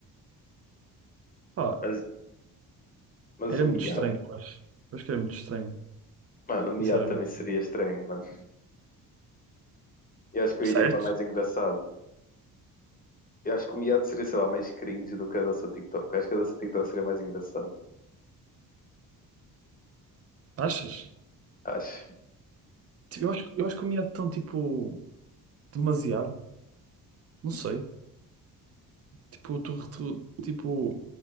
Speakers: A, on the right (about 40°); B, on the left (about 20°).
A: Pá,
B: Mas, mas
A: era
B: o miado.
A: muito estranho, eu acho. Eu acho que era muito estranho,
B: Mano, o miado
A: sinceramente.
B: também seria estranho, mano. Eu acho que eu
A: Certo?
B: iria para mais engraçado. Eu acho que o miado seria, sei lá, mais cringe do que a dança TikTok. Eu acho que a dança TikTok seria mais engraçado.
A: Achas?
B: Acho.
A: Tipo, Eu acho, eu acho que o miado tão, tipo, demasiado. Não sei. Tipo, tu, tu- tipo,